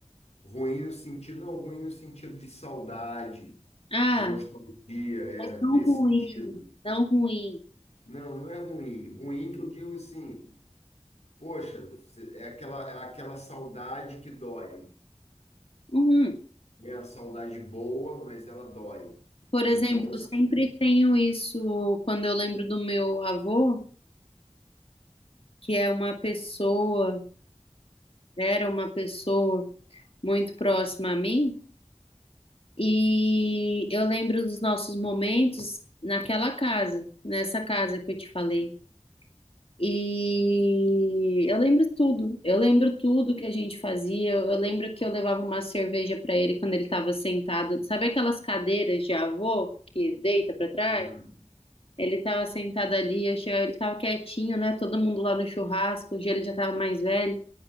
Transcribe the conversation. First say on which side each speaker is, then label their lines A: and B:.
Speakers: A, on the left; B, on the left.
A: Ruim no sentido, não, ruim no sentido de saudade,
B: Ah,
A: de nostalgia, é,
B: não
A: nesse
B: ruim,
A: sentido.
B: não ruim.
A: Não, não é ruim. Ruim que eu digo assim, poxa, é aquela, é aquela saudade que dói.
B: Uhum.
A: É a saudade boa, mas ela dói.
B: Por exemplo,
A: Então,
B: eu sempre tenho isso quando eu lembro do meu avô, que é uma pessoa, era uma pessoa muito próxima a mim, e eu lembro dos nossos momentos naquela casa, nessa casa que eu te falei. E eu lembro tudo, eu lembro tudo que a gente fazia. Eu, eu lembro que eu levava uma cerveja para ele quando ele estava sentado, sabe aquelas cadeiras de avô que deita para trás?
A: uhum,
B: Ele estava sentado ali, eu chegava, ele estava quietinho, né? Todo mundo lá no churrasco, hoje ele já estava mais velho.